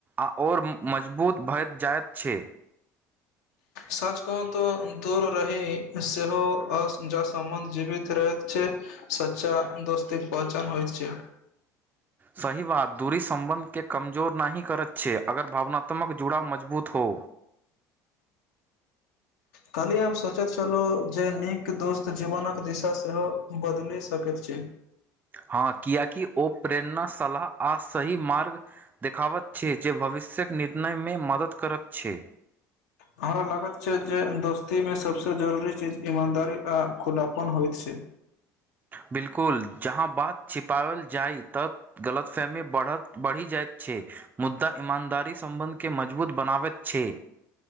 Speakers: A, on the right; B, on the left.
A: आ आओर मजबूत भए जाइत छै।
B: सच कह तो दूर रहि सेहो ज सम्बन्ध जीवित रहैत छै सच्चा दोस्ती पहचान होइत छै।
A: सही बात दूरी सं्बन्ध के कमके जोर नहिी करैत छियै। अगर भावनात्मक जुड़ाव मजबूत हो।
B: कालहि हम सोचैत छलहुँ जे नीक दोस्त जीवनक दिशा सेहो बदलि सकैत छी
A: हँ किियकि ओ प्रेरणा सलाह आ सही मार्ग देखाबैत छै जे भविष्यक निर्णयमे मदद करैत छै।
B: हमरा लागैत छै जे दोस्तीमे सभसँ जरूरी चीज ईमानदारी आ खुलापन होइत छै।
A: बिल्कुल। जहाँ बात छिपाओल जाइ तऽ। गलतफहमी बढ़ि जाइत छै मुद्दा ईमानदारी सम्बन्ध के मजबूत बनाबैत छै।